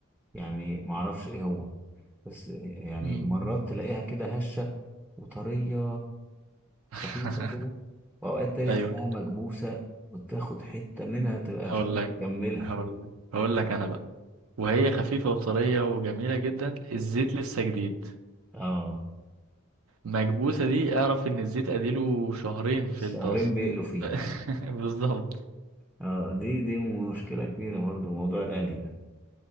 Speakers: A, in the centre; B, on the right (about 70°).
A: يعني ما اعرفش ايه هو بس يعني
B: مم.
A: مرات تلاقيها كده هشه وطريه
B: <laughs>
A: خفيفة كده وأوقات تاني
B: ايوه
A: تلاقيها مكبوسة وتاخد حتة منها تبقى
B: هقول
A: مش قادر
B: لك
A: تكملها
B: هقول لك هقول لك انا بقى وهي خفيفة وطرية وجميلة جدا الزيت لسه جديد
A: اه
B: مكبوسة دي اعرف ان الزيت اديله شهرين في
A: شهرين
B: الطاسة
A: بيقلوا فيه
B: <laughs> بالظبط
A: اه دي دي مشكلة كبيرة برضو موضوع القلي ده